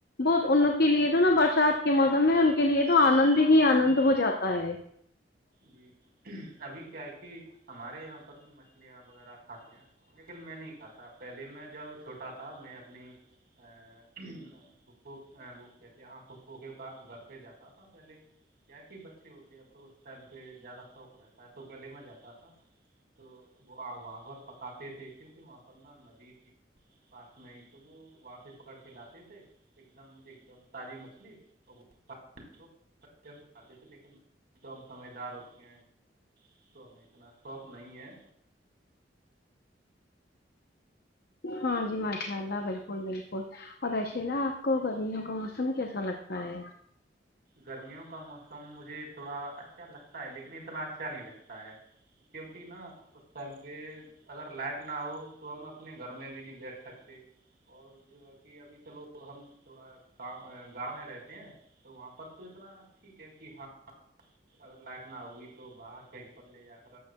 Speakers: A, on the left; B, on the right.
A: بہت ان کے لیے تو نا برسات کے موسم میں ان کے لیے تو آنند ہی آنند ہو جاتا ہے
B: جی جی ابھی کیا ہے کہ ہمارے یہاں پر مچھلیاں وغیرہ کھاتے ہیں لیکن میں نہیں کھاتا پہلے میں جب چھوٹا تھا میں اپنی ا پو وہ کہتے ہیں ہاں پو کےا گھر پہ جاتا تھا پہلے کیا کہ بچے ہوتے ہیں تو اس ٹائم پہ زیادہ شوق رہتا ہے تو پہلے ہی میں جاتا تھا تو وہ وہاں پر پکاتے تھے کیونکہ وہاں پر ن ندی تھی پس نہیں تو وہ وہاں سے پکڑ کے لاتے تھے ایک دم ایک دم تازی مچھلی اور وہ کھاتے تھے لیکن <inaudible> تو ہم سمجھدار ہو چکے ہیں تو ہمیں اتنا شوق نہیں ہے
A: ہاں جی ماشاء اللہ بالکل بالکل اور و ایسے نا آپ کو گرمیوں کا موسم کیسا لگتا ہے
B: گرمیوں کا موسم مجھے تھوڑا اچھا لگتا ہے لیکن اتنا اچھا نہیں لگتا ہے کیونکہ نا اس ٹائم پہ اگر لائٹ نہ ہو تو ہم اپنے گھر میں بھی نہیں بیٹھ سکتے اور جو ہے کہ ابھی چلو ہم تھوڑاؤ گاؤں میں رہتے ہیں تو وہاں پہ پر تو اتنا ٹھیک ہے کہ ہاں اگر لائٹ نہ ہوگی تو باہر کہیں پر لے جا کر